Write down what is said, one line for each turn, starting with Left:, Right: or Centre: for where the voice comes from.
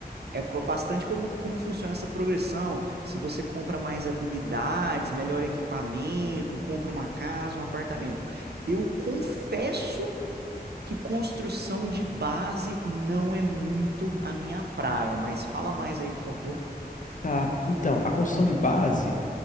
Right: é co- bastante como, como funciona essa progressão. Se você compra mais habilidades, melhor equipamento, compra uma casa, um apartamento. Eu confesso que construção de base não é muito a minha praia, mas fala mais aí, por favor.
Left: Tá, então, a construção de base,